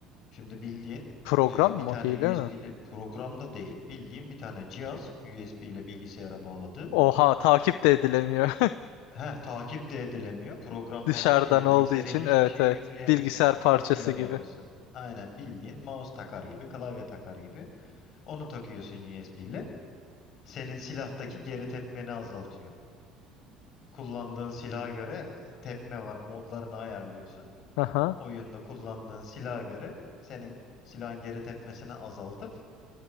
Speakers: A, on the left; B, on the left.
A: Şimdi bildiğin
B: Program
A: e, bir
B: mı?
A: tane
B: Hile
A: USB
B: mi?
A: ile program da değil. Bildiğin bir tane cihaz USB ile bilgisayara bağladığın.
B: Oha takip de edilemiyor.
A: Heh, takip de edilemiyor. Program
B: <laughs> Dışarıdan
A: falan değil. Yani
B: olduğu
A: bilgisayara
B: için
A: hiçbir
B: evet
A: şey
B: evet.
A: yükleyemiyorsun.
B: Bilgisayar
A: USB
B: parçası
A: ile
B: gibi.
A: bağlıyorsun. Aynen bildiğin mouse takar gibi, klavye takar gibi. Onu takıyorsun USB ile. Senin silahtaki geri tepmeni azaltıyor. Kullandığın silaha göre tepme var. Modlarını ayarlıyorsun.
B: Aha.
A: oyunda kullandığın silaha göre senin silahın geri tepmesini azaltıp